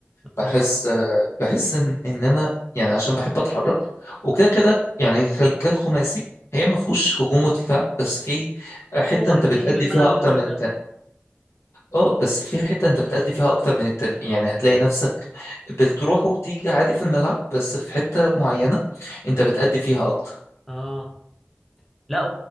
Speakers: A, on the left (about 85°); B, in the centre.
A: بحس
B: آه،
A: آه، بحس ان ان انا يعني عشان بحب اتحرك وكده كده يعني الخلية الخماسي هي ما فيهوش هجوم ودفاع بس في حتة
B: هو واحد
A: انت بتأدي
B: بيجيب الملعب
A: فيها
B: من
A: اكتر
B: اوله
A: من التاني
B: لاخره
A: اه بس في حتة انت بتأدي فيها اكتر من التاني يعني هتلاقي نفسك بتروح وتيجي عادي في الملعب بس في حتة معينة انت بتأدي فيها اكتر
B: اه لا